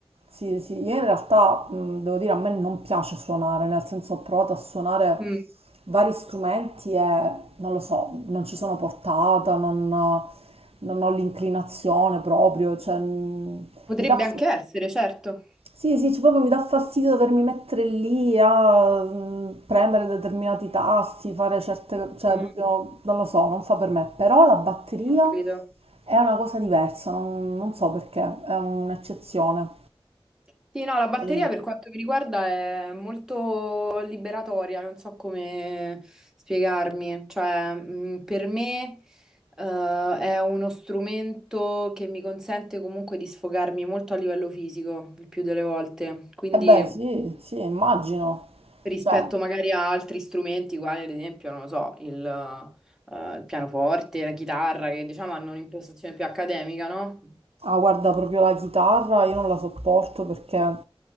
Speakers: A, on the right; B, in the centre.
A: sì, sì, io in realtà mh, devo dire a me non piace suonare, nel senso ho provato a suonare
B: Mm.
A: vari strumenti e non lo so, non ci sono portata, non, non ho l'inclinazione proprio, cioè, mh,
B: Potrebbe
A: mi dà...
B: anche essere, certo.
A: Sì, sì, cioè proprio mi dà fastidio dovermi mettere lì a mm, premere determinati tasti, fare certe, cioè
B: Mm,
A: proprio non lo so, non fa per me. Però la batteria
B: Ho capito.
A: è una cosa diversa, non, non so perché, è un'eccezione.
B: Sì, no, la batteria
A: E,
B: per quanto mi riguarda è molto liberatoria, non so come spiegarmi. Cioè, mh, per me, eh, è uno strumento che mi consente comunque di sfogarmi molto a livello fisico, il più delle volte. Quindi,
A: e beh, sì, sì, immagino.
B: rispetto
A: Cioè, ah,
B: magari a altri strumenti, quali ad esempio, non lo so, il, eh, il pianoforte, la chitarra, che diciamo hanno un'impostazione più accademica, no?
A: guarda, proprio la chitarra io non la sopporto perché